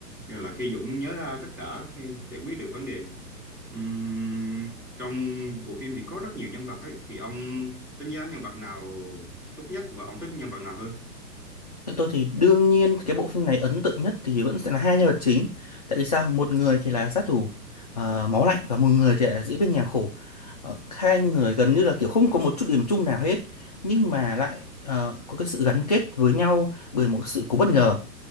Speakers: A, in the centre; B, on the left.
A: nhưng là khi Dũng nhớ ra tất cả khi giải quyết được vấn đề Ừm, trong bộ phim thì có rất nhiều nhân vật ấy thì ông đánh giá nhân vật nào tốt nhất và ông thích nhân vật nào hơn?
B: Theo tôi thì đương nhiên cái bộ phim này ấn tượng nhất thì vẫn sẽ là hai nhân vật chính. Tại vì sao? Một người thì là sát thủ ờ, máu lạnh và một người thì lại là diễn viên nhà khổ. Ờ, hai người gần như là kiểu không có một chút điểm chung nào hết nhưng mà lại ờ, có cái sự gắn kết với nhau bởi một sự cố bất ngờ